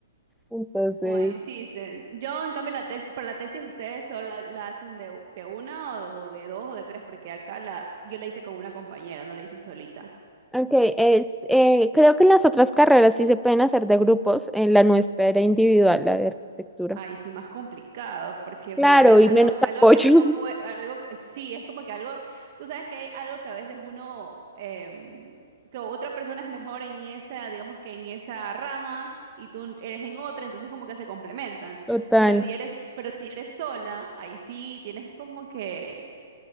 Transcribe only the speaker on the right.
Uy, sí, de- yo en cambio la tesis, pero la tesis ustedes solo la, la hacen de, u- de una o de, o de dos o de tres, porque acá la, yo la hice con una compañera, no la hice solita.
Ay, sí, más complicado, porque
por lo menos
algo,
algo que tú
no puedes, algo, sí, es como que algo, tú sabes que hay algo que a veces uno, em, que otra persona es mejor en esa, digamos que en esa rama y tú eres en otra, entonces como que se complementan.
Pero si eres, pero si eres sola, ahí sí tienes como que